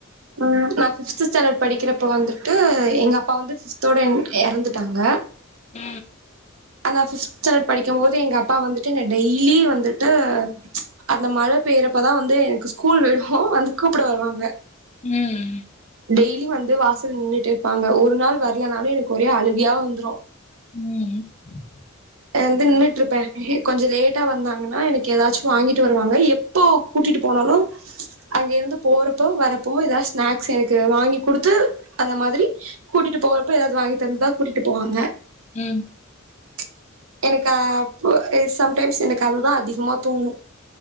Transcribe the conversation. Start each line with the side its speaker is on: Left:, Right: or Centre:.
Right: உ நா ஃபிஃப்த் ஸ்டாண்டர்ட் படிக்கிறப்ப வந்துட்டு எங்க அப்பா வந்து ஃபிஃப்தோட எறந்துட்டாங்க
Left: உ
Right: அந்த ஃபிஃப்த் ஸ்டாண்டர்ட் படிக்கும்போது எங்க அப்பா வந்துட்டு என்ன டெய்லி வந்துட்டு அந்த மழ பெய்றப்பதா வந்து எனக்கு ஸ்கூல் விடு வந்து கூப்பிட வருவாங்க
Left: ம்
Right: டெய்லி வந்து வாசல்ல நின்னு டேஇருப்பாங்க ஒரு நாள் வரலனாலு எனக்கு ஒரே அழுகயா வந்துரு
Left: உ
Right: வந்து நின்னுட்டு இருப்பே கொஞ்ச லேட்டா வந்தாங்கன்னா எனக்கு ஏதாச்சு வாங்கிட்டு வருவாங்க எப்போ கூட்டிட்டு போனாலு அங்க இருந்து போறப்போ வரப்போவு ஏதாவது ஸ்நாக்ஸ் எனக்கு வாங்கி குடுத்து அந்த மாதிரி கூட்டிட்டு போறப்போ ஏதாவது வாங்கி தந்துதா கூட்டிட்டு போவாங்க
Left: உ
Right: ச் எனக்கு சம்டைம்ஸ் எனக்கு அதுதா அதிகமா தோணு